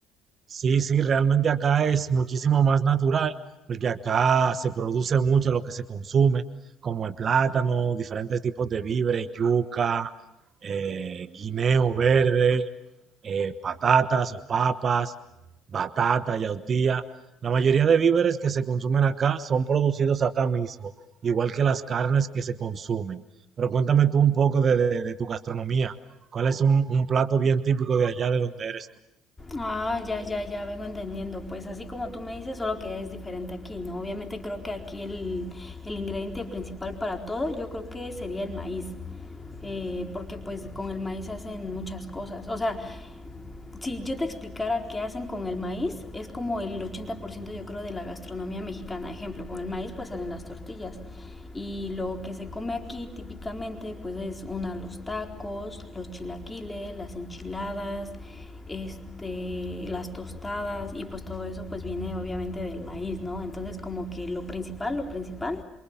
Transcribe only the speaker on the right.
Sí, sí, realmente acá es muchísimo más natural, porque acá se produce mucho lo que se consume, como el plátano, diferentes tipos de víveres, yuca, eh, guineo verde, eh, patatas o papas, batata, yautía. La mayoría de víveres que se consumen acá son producidos acá mismo, igual que las carnes que se consumen. Pero cuéntame tú un poco de, de- de tu gastronomía. ¿Cuál es un, un plato bien típico de allá de donde eres tú?